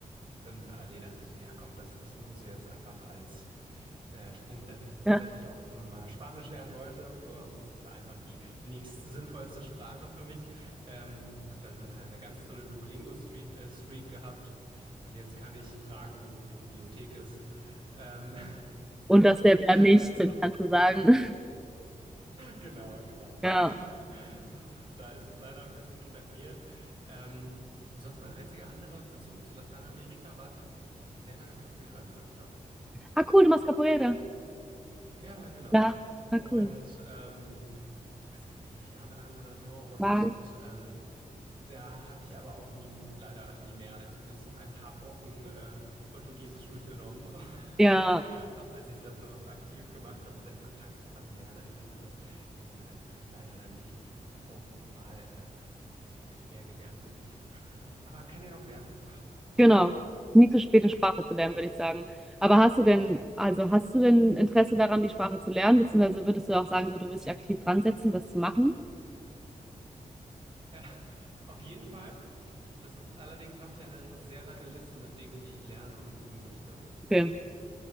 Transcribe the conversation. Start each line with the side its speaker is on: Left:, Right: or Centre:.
Right: dann parallel dachte ich so, ja komm, das, das nutzt du jetzt einfach als äh, Sprungbrett, weil ich tatsächlich
Centre: ja.
Right: auch immer mal Spanisch lernen wollte. So, das war einfach die nächst sinnvollste Sprache für mich. Ähm, habe dann äh, eine ganz tolle Duolingo-Streak äh, Streak gehabt. Und jetzt kann ich fragen, wo die Bibliothek ist. Ähm,
Centre: Und das wäre wär wär mich,
Right: <laughs> also
Centre: wenn ich dann kannst sagen. <laughs>
Right: Genau, genau. <laughs>
Centre: Ja.
Right: So, da ist es leider ein bisschen stagniert. Ähm, und sonst mein einziger anderer Bezug zu Lateinamerika war tatsächlich, dass ich sehr lange Capoeira gemacht habe.
Centre: Ah, cool, du machst Capoeira.
Right: Ja, genau.
Centre: Ja, na
Right: Und
Centre: cool.
Right: ähm, also ich glaube elf Jahre lang oder so. Und
Centre: War.
Right: ähm, da habe ich aber auch nie, leider nie mehr als ein bisschen, ein paar Brocken äh, Portugiesisch mitgenommen. <laughs>
Centre: Ja,
Right: und habe, als ich das noch aktiv gemacht habe und sehr viel Kontakt zu BrasilianerInnen hatte, eben äh, leider dann nicht äh, noch formal äh, ein bisschen mehr gelernt. Schade. Aber kann ja noch werden.
Centre: genau. Nie zu spät, eine Sprache zu lernen, würde ich sagen. Aber hast du denn, also hast du denn Interesse daran, die Sprache zu lernen? Beziehungsweise würdest du auch sagen, so du willst dich aktiv dran setzen, das zu machen?
Right: Äh, auf jeden Fall. Das ist, allerdings habe ich eine sehr lange Liste mit Dingen, die ich lernen und tun möchte.
Centre: Okay,